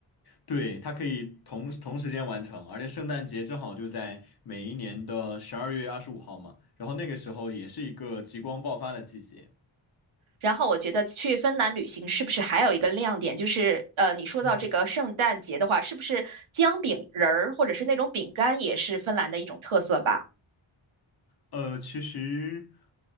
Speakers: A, on the left; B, on the right.
A: 对，它可以同同时间完成，而且圣诞节正好就在每一年的十二月二十五号嘛，然后那个时候也是一个极光爆发的季节。
B: 然后我觉得去芬兰旅行是不是还有一个亮点，就是呃，你说到这个圣诞节的话，
A: 嗯，
B: 是不是姜饼人儿或者是那种饼干也是芬兰的一种特色吧？
A: 呃，其实